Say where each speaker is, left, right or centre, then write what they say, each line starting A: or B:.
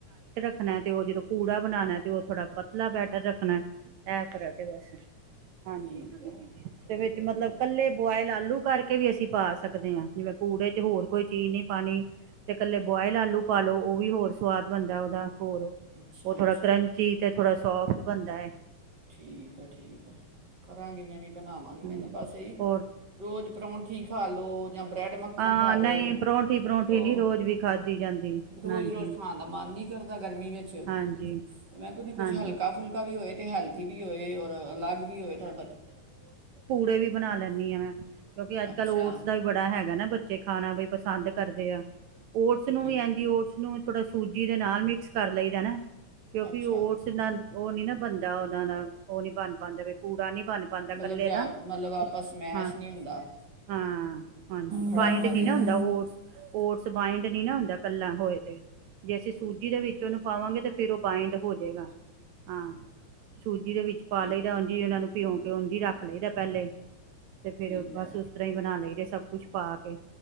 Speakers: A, on the right (about 75°); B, on the right (about 35°).
A: ਬਣਾਣਾ ਤੇ ਉਹ ਜਦੋਂ ਪੂੜਾ ਬਣਾਉਣਾ ਤੇ ਉਹ ਥੋੜਾ ਪਤਲਾ ਬੈਟਰ ਰੱਖਣਾ। ਇਹ ਫਰਕ ਹੈ, ਬਸ ਹਾਂਜੀ।
B: ਠੀਕ ਹੈ ਚਲੋ
A: ਵਿੱਚ ਮਤਲਬ
B: ਵਧੀਆ
A: ਇਕੱਲੇ ਬੁਆਏ ਬੋਇਲ ਆਲੂ ਕਰਕੇ ਵੀ ਅਸੀਂ ਪਾ ਸਕਦੇ ਹਾਂ, ਜਿਵੇਂ ਪੂੜੇ ਹੋਰ ਕੋਈ ਚੀਜ਼ ਨਹੀਂ ਪਾਣੀ ਤੇ ਇਕੱਲੇ ਬੋਆਇਲ ਆਲੂ ਪਾ ਲਉ, ਉਹ ਵੀ ਹੋਰ ਸਵਾਦ ਬਣਦਾ ਉਹਦਾ। ਹੋਰ
B: ਅੱਛਾ
A: ਉਹ ਥੋੜਾ
B: ਅੱਛਾ
A: ਕਰੰਚੀ ਤੇ ਥੋੜਾ ਸੋਫਟ ਬਣਦਾ ਏ।
B: ਠੀਕ ਹੈ, ਠੀਕ ਹੈ, ਕਰਾਂਗੀ ਮੈਂ ਵੀ ਬਣਾ ਮੈਨੂੰ
A: ਹਾਂ
B: ਬਸ ਇਹੀ
A: ਹੋਰ
B: ਰੋਜ ਪਰੋਠੀ ਖਾ ਲਓ ਜਾਂ ਬਰੈਡ ਮੱਖਣ ਇਹੀ ਬਰੈਡ ਮੱਖਣ
A: ਹਾਂ
B: ਖਾ ਲਓ,
A: ਨਹੀਂ ਪਰੌਂਠੀ ਪਰੌਂਠੀ ਨਹੀਂ ਰੋਜ਼ ਵੀ ਖਾਧੀ ਜਾਂਦੀ
B: ਰੋਜ
A: ਹਾਂਜੀ
B: ਰੋਜ ਖਾਣ ਦਾ ਮਨ ਨਹੀਂ ਕਰਦਾ ਗਰਮੀ ਵਿੱਚ,
A: ਹਾਂਜੀ
B: ਮੈਂ ਕਹਿਣੀ ਕੁਝ
A: ਹਾਂਜੀ
B: ਹਲਕਾ ਫੁਲਕਾ ਵੀ ਹੋਏ ਤੇ ਹੈਲਥ ਕੁਝ ਵੀ ਹੋਏ, ਹੋਰ ਅਲੱਗ ਵੀ ਹੋਏ ਥੋੜਾ
A: ਕੁਝ ਵੀ ਬਣਾ ਲੈਣੀ ਆ ਮੈਂ ਕਿਉਂਕਿ ਅੱਜ
B: ਅੱਛਾ
A: ਕੱਲ੍ਹ ਓਟਸ ਦਾ ਵੀ ਬੜਾ ਹੈਗਾ ਨਾ ਬੱਚੇ ਖਾਣਾ ਪਸੰਦ ਕਰਦੇ ਆ। ਓਟਸ ਨੂੰ
B: ਠੀਕ
A: ਵੀ ਐਜੀ ਓਟਸ ਨੂੰ ਥੋੜਾ ਸੂਜੀ ਦੇ ਨਾਲ ਮਿਕਸ ਕਰ ਲਈ ਦਾ ਨਾ ਕਿਉਂਕਿ
B: ਅੱਛਾ
A: ਓਟਸ ਨਾਲ ਉਹ ਨੀ ਨਾ ਬਣਦਾ ਓਦਾਂ ਦਾ ਉਹ ਨੀ ਬਣਦਾ। ਪੂੜਾ ਨੀ ਬਣ ਪਾਂਦਾ
B: ਮਤਲਬ
A: ਇਕੱਲੇ ਦਾ
B: ਮਤਲਬ ਆਪਾਂ ਸਮੈਸ਼
A: ਹਾਂ
B: ਨਹੀਂ ਹੁੰਦਾ,
A: ਹਾਂ ਹਾਂਜੀ
B: ਖੜਾ
A: ਬਾਈੰਡ
B: ਖੜਾ
A: ਨੀ
B: ਰਹਿੰਦਾ।
A: ਨਾ ਹੁੰਦਾ ਓਟਸ ਓਟਸ ਬਾਇੰਡ ਨੀ ਨਾ ਹੁੰਦਾ ਇਕੱਲਾ ਹੋਏ ਜੇ ਅਸੀਂ ਸੂਜੀ ਦੇ ਵਿੱਚ ਉਹਨੂੰ ਪਾਵਾਂਗੇ ਤੇ ਫਿਰ ਉਹ ਬਾਈੰਡ ਹੋ ਜੇਗਾ, ਹਾਂ। ਸੂਜੀ ਦੇ ਵਿੱਚ ਪਾ
B: ਠੀਕ
A: ਲਈਦਾ ਉਂਜ ਈ ਉਹਨਾਂ ਨੂੰ ਭਿਉਂ ਕੇ ਉਂਜ ਹੀ ਰੱਖ ਲਈਦੈ ਪਹਿਲੇ ਤੇ ਫੇਰ
B: ਠੀਕ
A: ਬਸ
B: ਹੈ
A: ਉਸ ਤਰ੍ਹਾਂ ਹੀ ਬਣਾ ਲਈਦੇ ਸਭ ਕੁਛ ਪਾ ਕੇ